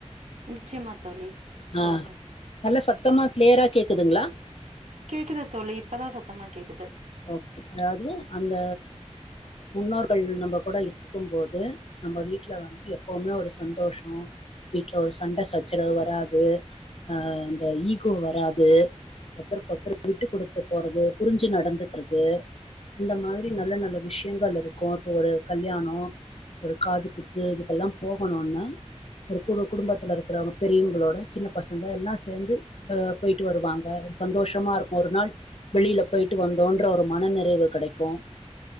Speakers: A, on the right; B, on the left.
A: நிச்சயமா தோழி
B: ஆஹ்
A: சொல்லுங்க
B: நல்ல சத்தமா க்ளியரா கேக்குதுங்களா
A: கேக்குது தோழி இப்பதா சத்தமா கேக்குது
B: ஓகே அதாவது அந்த முன்னோர்கள் நம்ம கூட இருக்கும் போது நம்ம வீட்ல வந்து எப்பவுமே ஒரு சந்தோஷம் வீட்டுல ஒரு சண்ட சச்சரவு வரா து ஆஹ் இந்தந ஈகோ வராது ஒத்தருக்கொருத்தர் விட்டு குடுத்து போறது புரிஞ்சு நடந்துக்கிறது இந்த மாதிரி நல்ல நல்ல விஷயங்கள் இருக்கும் இப்போ ஒரு கல்யாணம் ஒரு காது குத்து இதுக்கெல்லாம் போகணும்னா ஒரு கு குடும்பத்துல இருக்கிறவங்க பெரியவங்களோட சின்ன பசங்க எல்லாம் சேர்ந்து போயிட்டு வருவாங்க ஒரு சந்தோஷமா இருக்கும் ஒரு நாள் வெளியில போயி ட்டு வந்தோன்ற ஒரு மன நிறைவு கிடைக்கும்